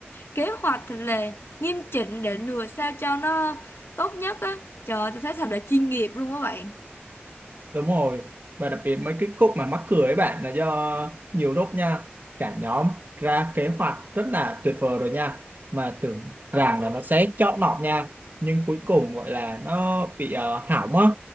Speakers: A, on the left; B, on the right.
A: kế hoạch thật là nghiêm chỉnh để lừa sao cho nó tốt nhất á trời ơi, tôi thấy thật là chuyên nghiệp luôn các bạn
B: Đúng rồi. Và đặc biệt mấy cái khúc mà mắc cười ấy bạn là do nhiều lúc nha, cả nhóm ra kế hoạch rất là tuyệt vời rồi nha. Mà tưởng rằng là nó sẽ chót lọt nha. Nhưng cuối cùng gọi là nó bị ờ, hỏng á.